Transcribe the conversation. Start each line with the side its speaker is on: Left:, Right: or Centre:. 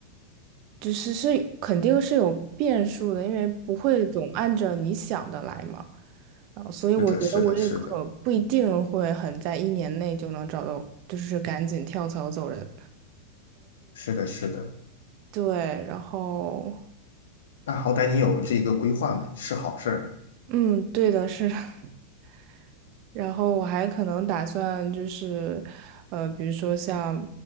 Right: 就是是肯定是有变数的，因为不会总按着你想的来嘛。然后，所以我觉得我也可不一定会很在一年内就能找到，
Left: 是的，是的，是的，
Right: 就是赶紧跳槽走人。
Left: 是的，是的。
Right: 对，然后，
Left: 那好歹你有这一个规划嘛，是好事儿啊，
Right: 嗯，对的，是的，<laughs> 然后我还可能打算就是，呃，比如说像